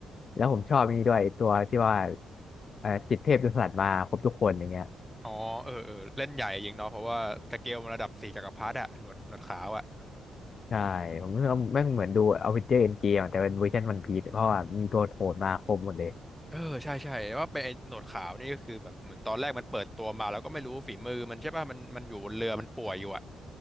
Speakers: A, on the left; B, in the centre.
A: แล้วผมชอบนี่ด้วยตัวที่ว่าเอ่อจิตเทพจนสลัดมาครบทุกคนอย่างเงี้ย
B: อ๋อเออเออเล่นใหญ่จริงเนาะเพราะว่าสเกลมันระดับสี่จักรพรรดิอะหนวดหนวดขาวอะ
A: ใช่ผมรู้สึกว่าแม่งเหมือนดูอเวนเจอร์เอ็นเกมแต่เป็นเวอร์ชันวันพีซเพราะว่ามีตัวโหดมาครบหมดเลย
B: เออใช่ใช่ว่าเป็นไอ้หนวดขาวนี่ก็คือแบบเหมือนตอนแรกมันเปิดตัวมาแล้วก็ไม่รู้ฝีมือมันใช่ป่ะมันมันอยู่บนเรือมันป่วยอยู่อ่ะ